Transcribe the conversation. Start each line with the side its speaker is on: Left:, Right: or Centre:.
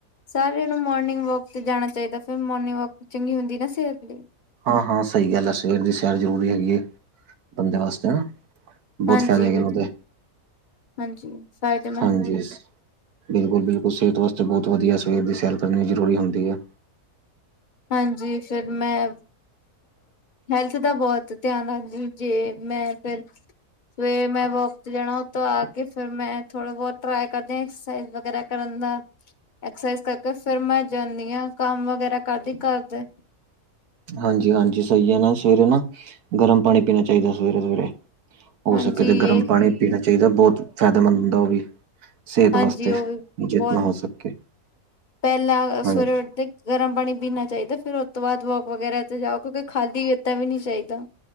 Left: ਸਾਰਿਆਂ ਨੂੰ ਮੋਰਨਿੰਗ ਵੋਕ ਤੇ ਜਾਣਾ ਚਾਹੀਦਾ ਫਿਰ ਮੋਰਨਿੰਗ ਵੋਕ ਚੰਗੀ ਹੁੰਦੀ ਨਾ ਸਿਹਤ ਲਈ
Right: ਹਾਂ ਹਾਂ ਸਹੀ ਗੱਲ ਹੈ ਸਵੇਰ ਦੀ ਸੈਰ ਜ਼ਰੂਰੀ ਹੈਗੀ ਹੈ ਬੰਦੇ ਵਾਸਤੇ ਨਾ ਬਹੁਤ
Left: ਹਾਂਜੀ
Right: ਫਾਇਦੇ ਹੈਗੇ
Left: ਬਿਲਕੁਲ
Right: ਨੇ ਓਦੇ।
Left: ਹਾਂਜੀ ਫਾਇਦੇਮੰਦ
Right: ਹਾਂਜੀ
Left: ਹੁੰਦੇ
Right: ਬਿਲਕੁਲ ਬਿਲਕੁਲ ਸਿਹਤ ਵਾਸਤੇ ਬਹੁਤ ਵਧੀਆ ਸਵੇਰ ਦੀ ਸੈਰ ਕਰਨੀ ਜ਼ਰੂਰੀ ਹੁੰਦੀ ਹੈ।
Left: ਹਾਂਜੀ ਫਿਰ ਮੈਂ ਹੈਲਥ ਦਾ ਬਹੁਤ ਧਿਆਨ ਰੱਖਦੀ ਜੇ ਮੈਂ ਫਿਰ ਸਵੇਰੇ ਮੈਂ ਵੋਕ ਤੇ ਜਾਣਾ ਉਥੋਂ ਆ ਕੇ ਫਿਰ ਮੈਂ ਥੋੜਾ ਬਹੁਤ ਟਰਾਏ ਕਰਦੇ ਐਕਸਰਸਾਈਜ਼ ਵਗੈਰਾ ਕਰਨ ਦਾ ਐਕਸਰਸਾਈਜ਼ ਕਰਕੇ ਫਿਰ ਮੈਂ ਜਾਂਦੀ ਹਾਂ ਕੰਮ ਵਗੈਰਾ ਕਰਦੀ ਘਰ ਦੇ
Right: ਹਾਂਜੀ ਹਾਂਜੀ ਸਹੀ ਹੈ ਨਾ ਸਵੇਰੇ ਨਾ ਗਰਮ ਪਾਣੀ ਪੀਣਾ ਚਾਹੀਦਾ ਸਵੇਰੇ ਸਵੇਰੇ ਹੋ
Left: ਹਾਂਜੀ
Right: ਸਕੇ ਤੇ ਗਰਮ
Left: ਇਹ
Right: ਪਾਣੀ ਪੀਣਾ ਚਾਹੀਦਾ ਬਹੁਤ ਫਾਇਦੇਮੰਦ ਹੁੰਦਾ ਉਹ ਵੀ ਸਿਹਤ
Left: ਹਾਂਜੀ
Right: ਵਾਸਤੇ
Left: ਉਹ ਵੀ
Right: ਜਿਤਨਾ
Left: ਬਹੁਤ
Right: ਹੋ ਸਕੇ
Left: ਪਹਿਲਾਂ ਸਵੇਰੇ
Right: ਹਾਂਜੀ
Left: ਤੇ ਗਰਮ ਪਾਣੀ ਪੀਣਾ ਚਾਹੀਦਾ ਫਿਰ ਉਹ ਤੋਂ ਬਾਅਦ ਵੋਕ ਵਗੈਰਾ ਤੇ ਜਾਓ ਕਿਉਂਕਿ ਖਾਲੀ <unintelligible> ਚਾਹੀਦਾ